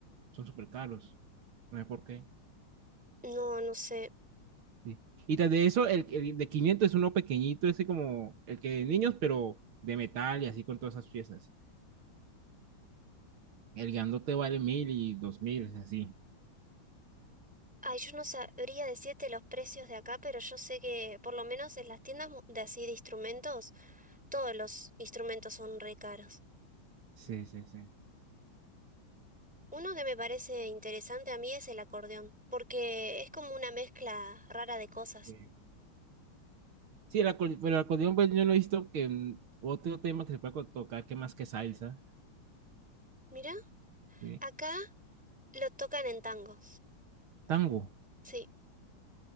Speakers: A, on the right; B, in the centre.
A: Son súper caros. No sé por qué.
B: No, no sé.
A: Sí. Y tras de eso, el, el de 500 es uno pequeñito, ese como el que de niños, pero de metal y así con todas esas piezas. El grandote vale mil y dos mil es así.
B: Ay, yo no sabría decirte los precios de acá, pero yo sé que por lo menos en las tiendas mu- de así de instrumentos, todos los instrumentos son re caros.
A: Sí, sí, sí.
B: Uno que me parece interesante a mí es el acordeón, porque es como una mezcla rara de cosas.
A: Sí, Sí, el acor- pero el acordeón, pues yo no he visto que mm, otro tema que se pueda co- tocar que más que salsa.
B: Mira,
A: sí.
B: acá lo tocan en tango.
A: Tango.
B: Sí,